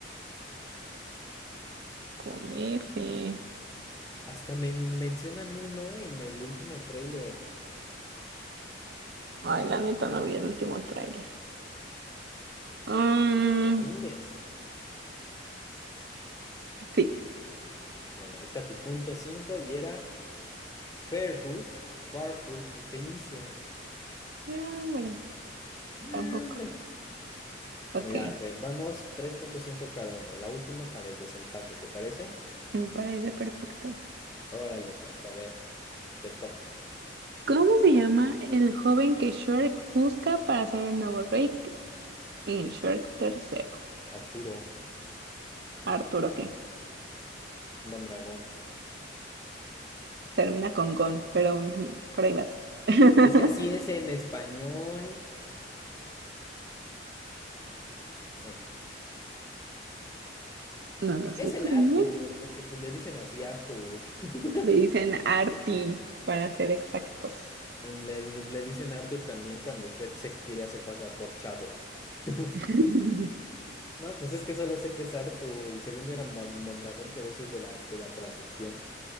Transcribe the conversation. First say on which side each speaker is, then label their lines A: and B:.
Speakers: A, on the right; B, on the left.
A: Con F.
B: Hasta me mencionan uno en el último tráiler.
A: Ay, la neta, no vi el último tráiler. Mm,
B: ¿Te rindes?
A: sí.
B: Bueno, ahí está tu punto cinco y era Fergus, Farkul y Felicia.
A: No, hombre,
B: ¡No,
A: tampoco.
B: hombre!
A: Ok,
B: Mira, Fer, vamos tres punto cinco cada uno. La última para el desempate, ¿te parece?
A: me parece perfecto.
B: Órale, pues, a ver, te toca.
A: ¿Cómo se llama el joven que Shrek busca para ser el nuevo rey en Shrek tercero?
B: Arturo
A: Arturo, que
B: Mondragón.
A: termina con Gon, pero mm, por ahí vas. <laughs>
B: Es que así es en español. ¿O no?
A: No lo sé,
B: Es
A: tú
B: el Arthur,
A: dime.
B: porque pues le dicen así Arthur. <laughs>
A: Le dicen Arti, para ser exactos.
B: En- le, le dicen Arthur también cuando Shrek se quiere hacer pasar por Chavo. <laughs>
A: <laughs>
B: No, pues es que solo sé que es Arthur y según yo era Mon- Mondragón, pero eso es de la, de la traducción.